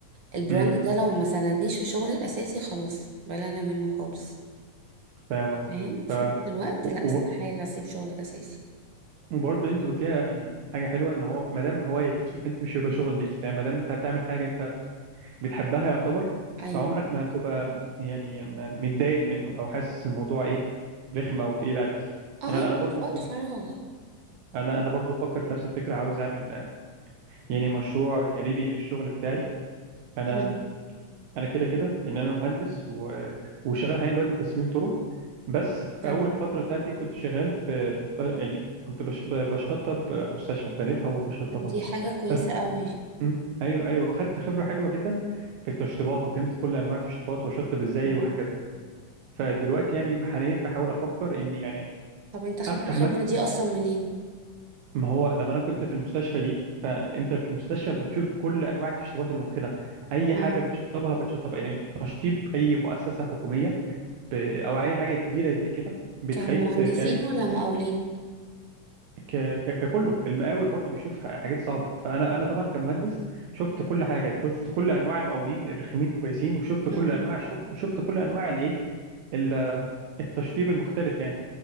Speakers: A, on the right; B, on the right.
A: البراند
B: امم
A: ده لو ما سندنيش في شغلي الأساسي خلاص بلانا منه خالص
B: فاهم قصدك
A: فاهم في
B: ف
A: نفس الوقت
B: و-
A: لا استحالة
B: وب-
A: أسيب شغلي الأساسي
B: وبرضه انت قلتيها يعني حاجه حلوه ان هو ما دام هوايه ليكي فانت مش هيبقى شغل ليكي فما دام انت بتعمل حاجه انت بتحبها يعتبر
A: أيوه
B: فعمرك ما هتبقى يعني م- متضايق منه او حاسس الموضوع ايه رخم او تقيل عليكي
A: اه
B: انا
A: أيوه
B: انا برضو
A: في وقت
B: الصراحه
A: فراغ
B: انا انا برضو بفكر في نفس الفكره عاوز اعمل آه، يعني مشروع جانبي للشغل بتاعي انا
A: مم.
B: انا كده كده لان انا مهندس و... آه، وشغال حاليا دلوقتي تصميم طرق بس في
A: تمام
B: اول فتره بتاعتي كنت شغال في ب... يعني كنت بش... ب- بشطب مستشفى بنيتها وبشطبها
A: طب دي حاجة كويسة
B: <laughs>
A: قوي
B: مم. ايوه ايوه واخدت خبره حلوه جدا في التشطيبات وفهمت كل انواع التشطيبات واشطب ازاي
A: مم.
B: وهكذا فدلوقتي يعني حاليا بحاول افكر اني يعني
A: طب انت خدت
B: افتح
A: الخبرة
B: مكتب
A: دي أصلا منين؟
B: ما هو لما انا كنت في المستشفى دي فانت في المستشفى بتشوف كل انواع التشطيبات الممكنه اي
A: مم.
B: حاجه بتشطبها بتشطب يعني تشطيب اي مؤسسه حكوميه ب... او اي حاجه كبيره زي كده بتخليك
A: كانوا مهندسين
B: ت-
A: ولا مقاولين
B: ك... ك... ككله المقاول برضو بيشوف ح- حاجات صعبه فانا انا طبعا كمهندس شفت كل حاجه شفت كل انواع المقاولين الرخمين كويسين وشفت كل
A: مم.
B: انواع الشغل وشفت كل انواع الايه ال- التشطيب المختلف يعني